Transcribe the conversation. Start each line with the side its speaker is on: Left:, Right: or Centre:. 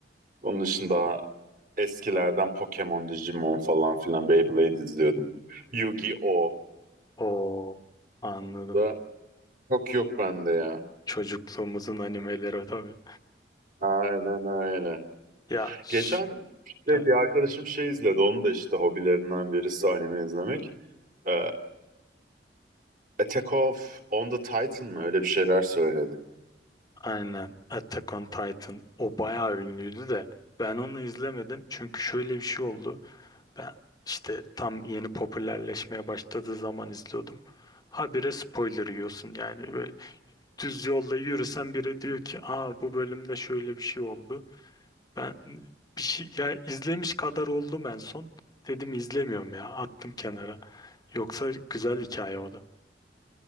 Right: Onun dışında eskilerden Pokemon, Digimon falan filan Beyblade izliyordum. Yu-Gi-Oh!
Left: Oo anladım.
Right: da çok yok bende ya.
Left: Çocukluğumuzun animeleri tabii.
Right: Aynen öyle.
Left: Ya ş-
Right: Geçen işte
Left: evet,
Right: bir arkadaşım şey izledi. Onun da işte hobilerinden birisi anime izlemek. Ee, Attack of on the Titan mı? Öyle bir şeyler söyledi.
Left: aynen Attack on Titan o bayağı ünlüydü de ben onu izlemedim çünkü şöyle bir şey oldu. Ben işte tam yeni popülerleşmeye başladığı zaman izliyordum. Habire spoiler yiyorsun yani böyle düz yolda yürüsen biri diyor ki aa bu bölümde şöyle bir şey oldu. Ben bir şey ya izlemiş kadar oldum en son. Dedim izlemiyorum ya attım kenara. Yoksa güzel hikaye o da.